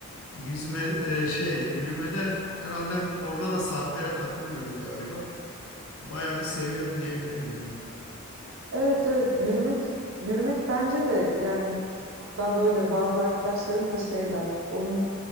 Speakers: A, on the left (about 80°); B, on the right (about 60°).
A: yüzme e, şey yürümede herhalde orada da saatlere takılmıyorum galiba. Bayağı bir seviyorum diyebilirim yani.
B: Evet evet yürümek yürümek bence de yani hatta böyle bazı arkadaşlarım da şey der onun